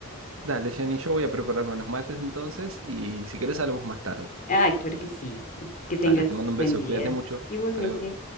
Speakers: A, on the right; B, on the left.
A: Dale, Jenny, yo voy a prepararme unos mates entonces y si quieres hablamos más tarde.
B: Ay, claro que sí. Que tengas
A: Dale, te mando un
B: buen
A: beso,
B: día.
A: cuídate mucho.
B: Igualmente.
A: Hasta luego.